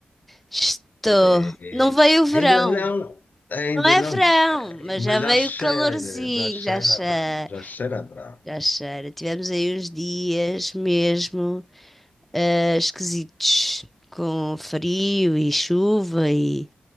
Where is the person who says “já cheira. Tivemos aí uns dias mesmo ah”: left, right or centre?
Centre